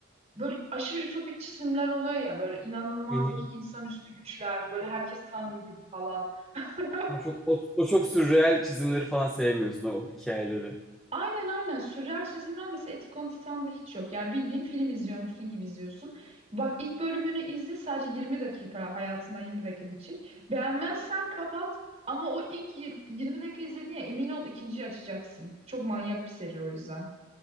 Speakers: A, on the right (about 35°); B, in the centre.
A: Böyle aşırı ütopik çizimler oluyor ya böyle inanılmazdır
B: Hı hı.
A: insanüstü güçler böyle herkes tanrı gibi falan. <laughs>
B: O Çok O, o çok sürreel çizimleri falan sevmiyorsun o hikayeleri.
A: Aynen aynen. Sürreal çizimler mesela Attack on Titan'da hiç yok. Yani bildiğin film izliyormuşsun gibi izliyorsun. Bak ilk bölümünü izle sadece 20 dakika hayatından 20 dakika geçecek. Beğenmezsen kapat ama o ilk y- 20 dakika izledin ya emin ol ikinciyi açacaksın. Çok manyak bir seri o yüzden.